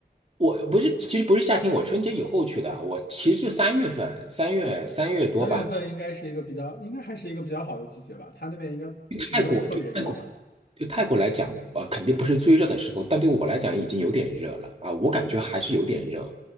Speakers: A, on the right; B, on the left.
A: 我不是，其实不是夏天，我春节以后去的，我其实就三月份，三月三月多吧，
B: 三月份应该是一个比较，应该还是一个比较好的季节吧，它那边应该没有特别热吧？
A: 去泰国，对，泰国。对泰国来讲，呃，肯定不是最热的时候，但对我来讲已经有点热了啊，我感觉还是有点热